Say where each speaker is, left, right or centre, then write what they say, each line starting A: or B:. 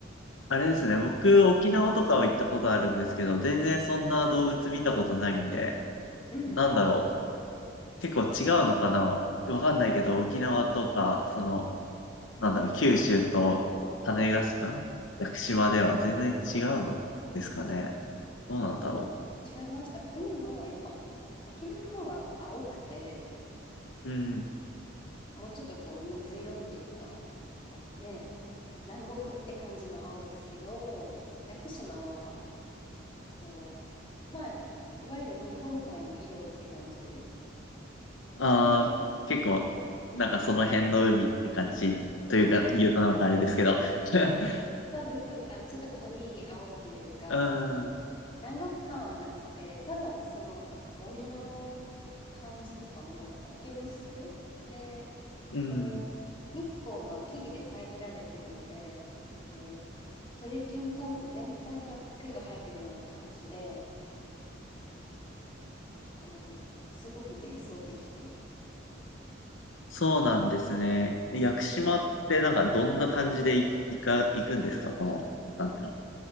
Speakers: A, on the left; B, on the left.
A: あれですね。僕、沖縄とかは行ったことあるんですけど、全然そんな動物見たことないんで、
B: うんうんうん。
A: なんだろう。結構違うのかなわかんないけど、沖縄とか、その、なんだろう、
B: うん
A: 九州と種子島、ん屋久島では全然違うのですかね。どうなんだろ
B: 違いました。海もやっぱ沖縄の方が青くて、
A: う。うんうん。
B: もうちょっとこう水色っていうか、こうね、南国って感じの青ですけど、屋久島は、こう、まあ、いわゆる日本海の色って感じ
A: ああ、
B: で、ね、
A: 結構、なんかその辺の海って感じというか、
B: <laughs>
A: 言うとなんかあれですけど。<laughs>
B: そうです、そうです。あの、ちょっと濃い青っていうか、
A: うん、
B: 南国感はなくて、ただその森の感じとかも、苔むすで、
A: うん、
B: こう、日光が木々で遮られているので、こう、トレッキングコース全体が苔が生えてるような感じで、こう、すごく幻想的というか。
A: そうなんですね。屋久島ってなんかどんな感じでい行か、
B: うん
A: 行くんですかこの、なんていうの。